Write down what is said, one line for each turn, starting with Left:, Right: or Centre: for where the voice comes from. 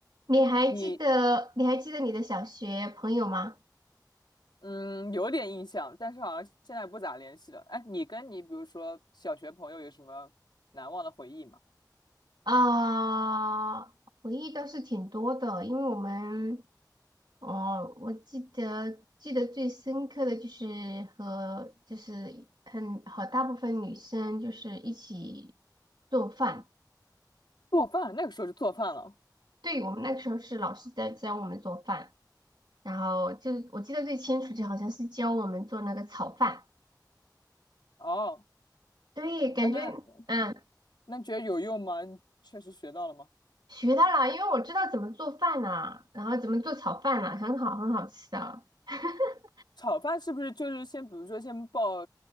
Right: 你还记得你还记得你的小学朋友吗？
Left: 你嗯有点印象，但是好像现在不咋联系了。哎，你跟你比如说小学朋友有什么难忘的回忆吗？
Right: 啊、回忆倒是挺多的，因为我们，哦，我记得记得最深刻的就是和就是很和大部分女生就是一起做饭，
Left: 做饭，那个时候就做饭了。
Right: 对我们那个时候是老师在教我们做饭，然后就是我记得最清楚就好像是教我们做那个炒饭，
Left: 哦，
Right: 对，感觉嗯。
Left: 哎，那那觉得有用吗？你确实学到了吗？
Right: 学到了，因为我知道怎么做饭呐、然后怎么做炒饭呐、很好，很好吃的。<laughs>
Left: 炒饭是不是就是先比如说先爆